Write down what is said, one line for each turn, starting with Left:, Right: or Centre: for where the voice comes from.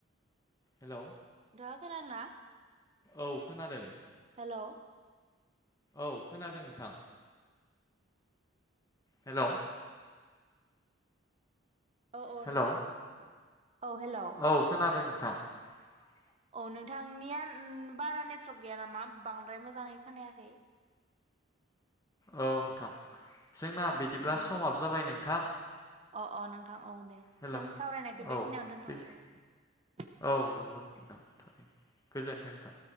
Left: हेलौ।
Right: दा खोनादों ना?
Left: औ खोनादों।
Right: हेलौ।
Left: औ खोनादों नोंथां। हेलौ।
Right: औ औ
Left: हेलौ
Right: नों <inaudible> औ हेलौ।
Left: औ <inaudible>
Right: औ नोंथांनिया उम बारा नेटवर्क गैया नामा बांद्राय मोजाङै खोनायाखै।
Left: औ नोंथां। जोंना बिदिब्ला
Right: उम
Left: समाब जाबाय नोंथां।
Right: अ अ नोंथां। औ दे
Left: हेलौ
Right: जोंनि सावरायनायखौ बेखिनियावनो
Left: औ
Right: दोनथबाय
Left: बे
Right: औ दे।
Left: औ नंगौ नोंथां गोजोनथों नोंथां।